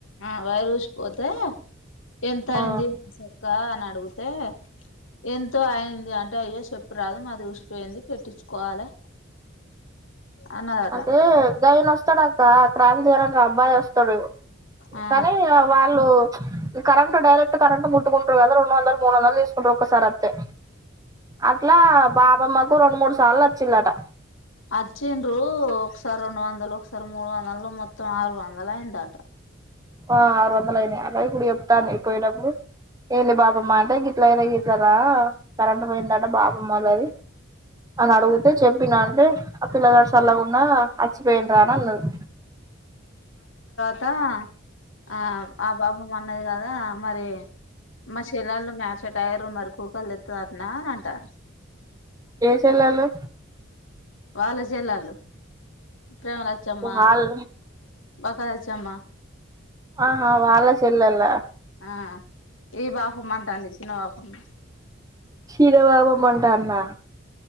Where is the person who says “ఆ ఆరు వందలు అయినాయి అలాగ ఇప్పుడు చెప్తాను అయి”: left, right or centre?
Right